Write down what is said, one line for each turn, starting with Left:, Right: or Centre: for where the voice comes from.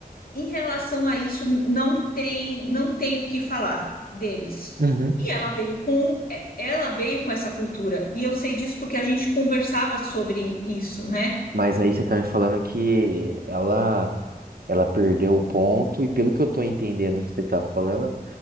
Left: Em relação a isso, não tem, não tem o que falar deles.
Right: Uhum.
Left: E ela veio com, é, ela veio com essa cultura. E eu sei disso porque a gente conversava sobre isso, né?
Right: Mas aí você tá me falando que ela, ela perdeu o ponto, e pelo que eu tô entendendo que você tá falando,